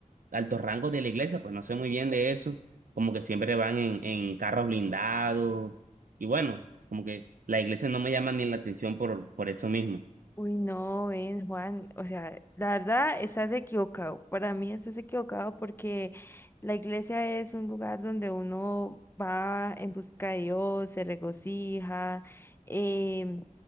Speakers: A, on the right; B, on the left.
A: altos rangos de la iglesia, pues no sé muy bien de eso, como que siempre van en, en carros blindados y bueno, como que la iglesia no me llama ni la atención por, por eso mismo.
B: Uy, no, ven, Juan, o sea, la verdad estás equivocado. Para mí estás equivocado porque la iglesia es un lugar donde uno va en busca de Dios, se regocija. em,